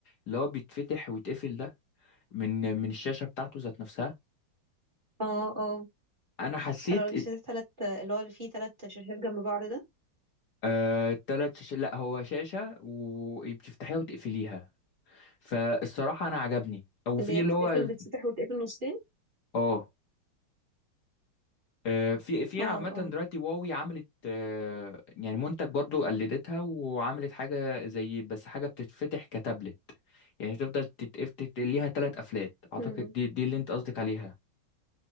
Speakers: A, on the left (about 55°); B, on the right (about 25°).
A: اللي هو بيتفتح ويتقفل ده من من الشاشه بتاعته ذات نفسها
B: اه اه
A: انا حسيت
B: انا اللي بيشتري تلات اللي هو اللي فيه تلات شاشات جنب بعض ده
A: آه، تلات شاشات لا هو شاشة وبتفتحيها وتقفليها فالصراحة أنا عجبني أو
B: اللي
A: في
B: هي
A: اللي
B: بتتقفل
A: هو
B: بتتفتح وتتقفل نصين
A: اه آه، في في
B: اه
A: عامة
B: اه
A: دلوقتي واوي عملت آه، يعني منتج برضو قلدتها وعملت حاجة زي بس حاجة بتتفتح كتابلت يعني تفضل تتقف تت- ليها تلات قفلات أعتقد
B: مم.
A: دي دي اللي أنت قصدك عليها